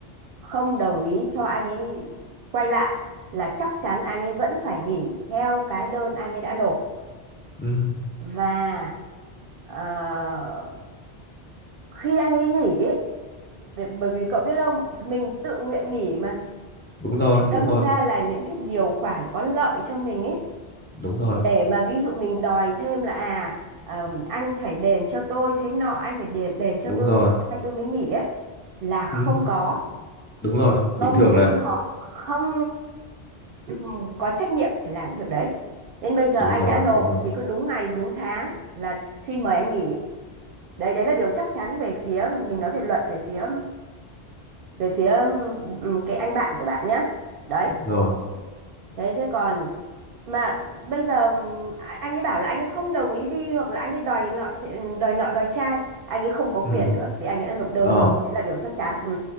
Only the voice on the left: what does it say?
ừ
đúng rồi
đúng rồi
đúng rồi
đúng
rồi
ừ
đúng rồi bình
thường
là
đúng
rồi
đúng rồi
rồi
ừ
ờ